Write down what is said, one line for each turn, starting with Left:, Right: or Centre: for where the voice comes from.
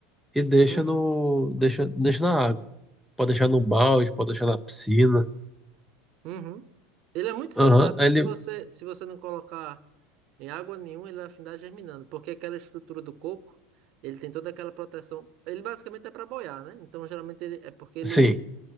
Centre: e deixa
Right: Uhum.
Centre: no, deixa, deixa na água. Pode deixar num balde, pode deixar na piscina.
Right: Uhum. Ele é muito simples,
Centre: Aham,
Right: até
Centre: aí ele.
Right: se você, se você não colocar em água nenhuma, ele vai afindar germinando, porque aquela estrutura do coco, ele tem toda aquela proteção. Ele basicamente é para boiar, né? Então, geralmente ele, é porque ele,
Centre: Sim,